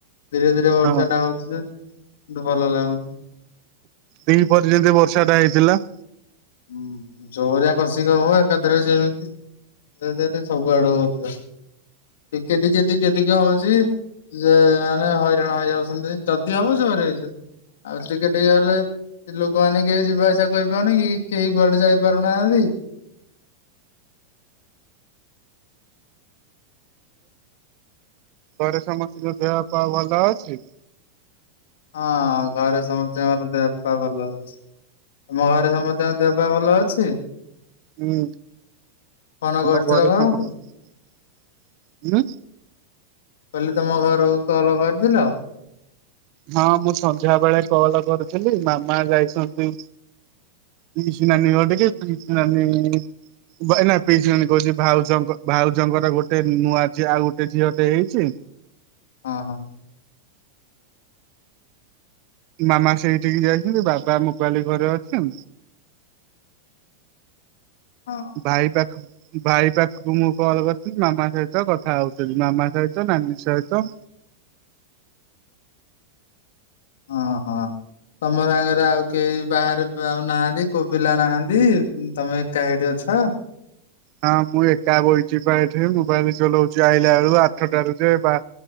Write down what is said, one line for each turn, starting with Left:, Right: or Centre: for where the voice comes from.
Left: ଧୀରେ ଧୀରେ ବର୍ଷା
Right: ହଁ
Left: ଟା ହଉଛି ଯେ ଭଲ ଲାଗୁନି।
Right: ଦି ପରେ ଯେମିତି ବର୍ଷା ଟା ହେଇଥିଲା।
Left: ହୁଁ ଜୋରିଆ କଷିକି ହେଉ ଏକାଥରେ ଯେମିତି ଦେ ଦେ ଦେ ସବୁ ଆଡୁ କଥା ଟିକେ ଟିକେ ଟିକେ ହଉଛି। ଯେ ଆମେ ହଇରାଣ ହେଇଯାଉଛନ୍ତି ଯଦି ହବ ଜୋରେ ହେଇଯା। ଆଉ ଟିକେ ଟିକେ ହେଲେ ଲୋକମାନେ କେହି ଯିବା ଆସିବା କରିପାରୁନି କି? କେହି କୁଆଡେ ଯାଇ ପାରୁନାହାନ୍ତି।
Right: ଘରେ ସମସ୍ତଙ୍କ ଦେହ ପା ଭଲ ଅଛି।
Left: ହଁ ଘରେ ସମସ୍ତଙ୍କର ଦେହ ପା ଭଲ ଅଛି। ମୋ ଆଡ଼େ ସମସ୍ତଙ୍କ ଦେହ ପା ଭଲ ଅଛି।
Right: ହୁଁ
Left: ଫୋନ
Right: ତମ
Left: କରିଥିଲ
Right: ଘରେ
Left: ଘରକୁ
Right: ସମସ୍ତ
Left: ମୁଁ କହିଲି ତମ ଘରକୁ କଲ୍ କରିଥିଲ?
Right: ହଁ ମୁଁ ସନ୍ଧ୍ୟା ବେଳେ କଲ କରିଥିଲି ମାମା ଯାଇଛନ୍ତି ପିଇସୀନାନି ଘରଟିକି ପିଇସୀନାନି ପିଇସିନାନୀ କହୁଛି ଭାଉଜଙ୍କ ଭାଉଜଙ୍କର ଗୋଟେ ନୂଆ ଝିଅ ଆଉ ଗୋଟେ ଝିଅ ହେଇଛି।
Left: ହଁ ହଁ।
Right: ମାମା ସେଇଠିକି ଯାଇଛନ୍ତି ବାବା ମୋବାଇଲି ଘରେ ଅଛି।
Left: ହଁ।
Right: ଭାଇ ପାଖ ଭାଇ ପାଖକୁ ମୁଁ କଲ୍ କରିଥିଲି ମାମା ସହିତ କଥା ହଉଥିଲି ମାମା ସହିତ ନାନୀ ସହିତ
Left: ହଁ ହଁ। ତମ ସାଙ୍ଗରେ ଆଉ କେହି ବାହାରେ ନାହାନ୍ତି କୋଉ ପିଲା ନାହାନ୍ତି ତମେ ଏକା ସେଇଠି ଅଛ।
Right: ହଁ ମୁଁ ଏକା ବହିଛିି ପା ଏଠି ମୋବାଇଲ ଚଲାଉଛି ଆଇଲାବେଳୁ ଆଠଟାରୁ ଯେ ବା